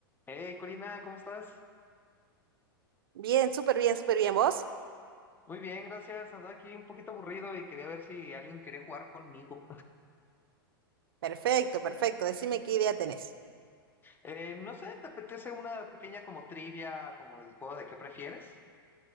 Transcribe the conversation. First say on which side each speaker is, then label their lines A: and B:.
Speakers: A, on the left; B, on the right.
A: Hey, Corina, ¿cómo estás?
B: Bien, súper bien, súper bien. ¿Vos?
A: Muy bien, gracias. Andaba aquí un poquito aburrido y quería ver si alguien quería jugar conmigo.
B: Perfecto, perfecto. Decime qué idea tenés.
A: Eh, no sé, ¿te apetece una pequeña como trivia, como del juego de qué prefieres?